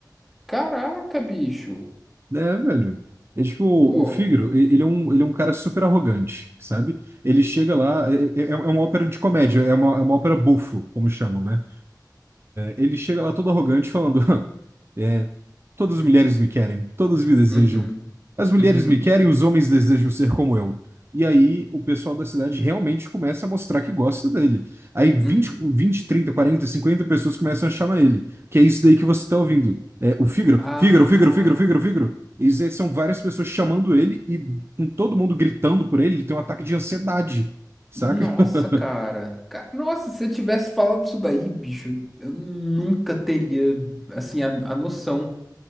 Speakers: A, in the centre; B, on the right (about 35°).
A: Caraca, bicho.
B: É, velho. É tipo, o
A: Pô.
B: Fígaro, e- ele é um, ele é um cara super arrogante, sabe? Ele chega lá, é, é- é uma ópera de comédia, é uma, é uma ópera bufo, como chamam, né? Ele chega lá todo arrogante falando: <laughs> é, todas as mulheres me querem, todas me desejam.
A: Uhum.
B: As mulheres
A: <laughs>
B: me querem, os homens desejam ser como eu. E aí o pessoal da cidade realmente começa a mostrar que gosta dele. Aí vinte
A: Uhum. Uhum.
B: vinte trinta quarenta cinquenta pessoas começam a chamar ele. Que é isso daí que você está ouvindo. É, o Fígaro,
A: Ah.
B: Fígaro, Fígaro, Fígaro, Fígaro, Fígaro. E aí são várias pessoas chamando ele e com todo mundo gritando por ele, ele tem um ataque de ansiedade, saca?
A: Nossa,
B: <laughs>
A: cara. Ca- Nossa, se você tivesse falado isso daí, bicho, eu nunca teria, assim, a, a noção.